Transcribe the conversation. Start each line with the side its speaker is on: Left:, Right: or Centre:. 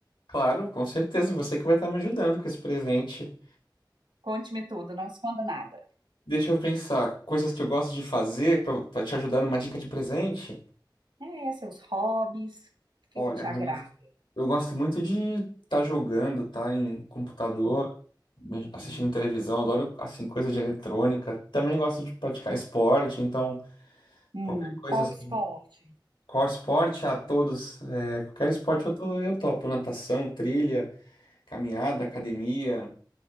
Left: Claro, com certeza, você que vai estar me ajudando com esse presente.
Right: Conte-me tudo, não esconda nada.
Left: Deixa eu pensar, coisas que eu gosto de fazer pra pra te ajudar numa dica de presente.
Right: É, seus hobbies, o que
Left: Olha,
Right: que te agrada?
Left: eu gosto, eu gosto muito de estar jogando, tá em computador,
Right: Jogo?
Left: assistindo
Right: Hum,
Left: televisão, adoro assim coisa de eletrônica. Também gosto de praticar esporte, então
Right: hum,
Left: qualquer coisa
Right: qual
Left: assim
Right: o esporte?
Left: Qual esporte? A todos. é, qualquer esporte
Right: É.
Left: eu, tô, eu topo. Natação, trilha, caminhada, academia,